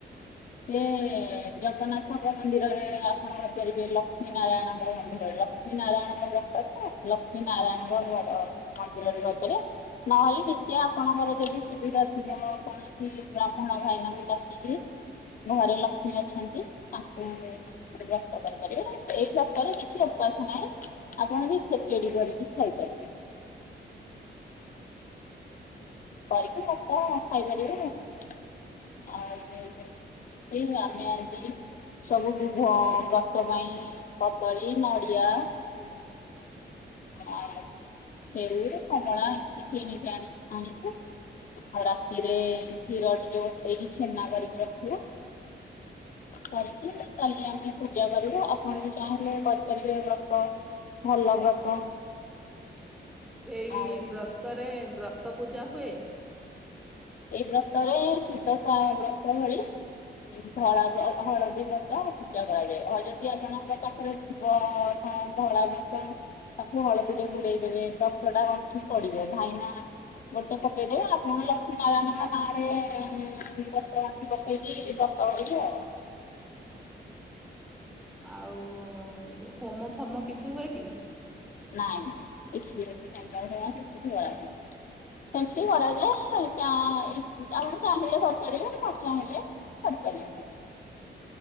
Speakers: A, on the left (about 45°); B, in the centre.
A: ସେ ଜଗନ୍ନାଥଙ୍କ ମନ୍ଦିରରେ ଅର୍ପଣ କରିପାରିବେ ଲକ୍ଷ୍ମୀ ନାରାୟଣଙ୍କ ମନ୍ଦିରରେ। ଲକ୍ଷ୍ମୀ ନାରାୟଣ ବ୍ରତକୁ ଲକ୍ଷ୍ମୀ ନାରାୟଣଙ୍କ ମନ୍ଦିରରେ କରିଦେବେ। ନହେଲେ ନିଜେ ଆପଣଙ୍କର ଯଦି ସୁବିଧା ଥିବ କଣ ବ୍ରାହ୍ମଣ ଭାଇନାଙ୍କୁ ଡାକିକି ଘରେ ଲକ୍ଷ୍ମୀ ଅଛନ୍ତି ତାଙ୍କୁ କେବଳ ବ୍ରତ କରିପାରିବେ ସେଇ ବ୍ରତ ରେ କିଛି ଉପାସ ନାହିଁ। ଆପଣ ବି ଖେଚେଡି କରିକି ଖାଇପାରିବେ। କରିକି ମତ ଖାଇପାରିବେ। ଆଉ <unintelligible> ଆମେ ଆଜି ସବୁ ଭୁ- ଭ- ବ୍ରତ ପାଇଁ କଦଳୀ, ନଡିଆ ଆଉ ସେଉ, କମଳା ଏମତି କିଣିକି ଆଣି- ଆଣିଚୁ ଆଉ ରାତିରେ କ୍ଷୀର ଟିକେ ବସେଇକି ଛେନା କରିକି ରଖିବ କରିକି ତାହେଲେ ଆମେ ପୂଜା କରିବୁ ଆପଣ ବି ଚାହିଁଲେ କରିପାରିବେ ବ୍ରତ। ଭଲ ବ୍ରତ।
B: ଏଇ
A: ଆଉ
B: ବ୍ରତରେ ବ୍ରତ ପୂଜା ହୁଏ?
A: ଏଇ ବ୍ରତରେ ସୁଦଶା ବ୍ରତ ଭଳି। ଧଳା ବ ହଳଦୀ ବ୍ରତ ପୂଜା କରାଯାଏ, ଯଦି ଆପଣଙ୍କ ପାଖରେ ଥିବ ତ ଧଳା ବ୍ରତ ତାକୁ ହଳଦୀରେ ବୁଡେଇଦବେ ଦଶଟା ଗଣ୍ଠି ପଡିବ, ଭାଇନା ଗୋଟେ ପକେଇଦେବେ ଆପଣ ନାରାୟଣଙ୍କ ନାଁରେ ଦଶଗଣ୍ଠି ପକେଇକି ବ୍ରତ କରିବେ ଆଉ।
B: ଆଉ ହୋମ ଫୋମ କିଛି ହୁଏ କି?
A: ନାଇ ନାଇଁ କିଛି ହୁଏନି ହୋମ ଫୋମ କିଛି ହୁଏନି। ଏମିତି କରାଯାଏ ଚା ଏଇ ଆପଣ ଚାହିଁଲେ କରିପାରିବେ ନ ଚାହିଁଲେ କରିପାରିବେନି,